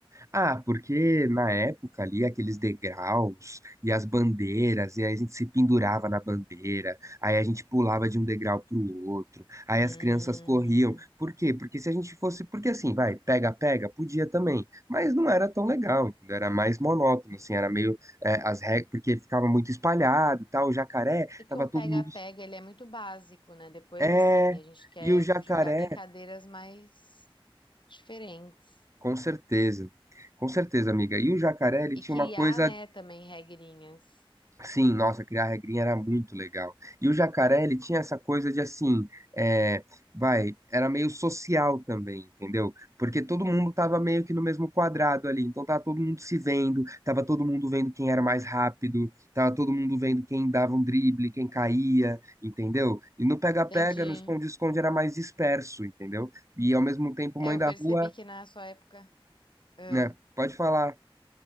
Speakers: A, on the right (about 30°); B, on the left (about 55°).
A: Ah, porque na época ali, aqueles degraus e as bandeiras, e aí a gente se pendurava na bandeira, aí a gente pulava de um degrau pro outro, aí
B: Hum,
A: as crianças corriam. Por quê? Porque se a gente fosse, porque assim, vai, pega, pega, podia também, mas não era tão legal, entendeu? Era mais monótono, assim, era meio, é, as regras, porque ficava muito espalhado e tal, o jacaré,
B: é que
A: tava
B: um
A: todo
B: pega-pega,
A: mundo,
B: ele é muito básico, né? Depois,
A: é,
B: assim, a gente quer
A: e o jacaré,
B: jogar brincadeiras mais diferentes.
A: com certeza. Com certeza, amiga. E o jacaré, ele
B: E
A: tinha
B: criar,
A: uma coisa
B: né, também regrinhas.
A: Sim, nossa, criar regrinha era muito legal. E o jacaré, ele tinha essa coisa de assim, é, vai, era meio social também, entendeu? Porque todo mundo tava meio que no mesmo quadrado ali, então tava todo mundo se vendo, tava todo mundo vendo quem era mais rápido, tava todo mundo vendo quem dava um drible, quem caía, entendeu? E no pega-pega,
B: Entendi.
A: no esconde-esconde era mais disperso, entendeu? E ao mesmo tempo,
B: É,
A: mãe
B: eu
A: da
B: percebi
A: rua,
B: que na sua época... Ah.
A: né? Pode falar.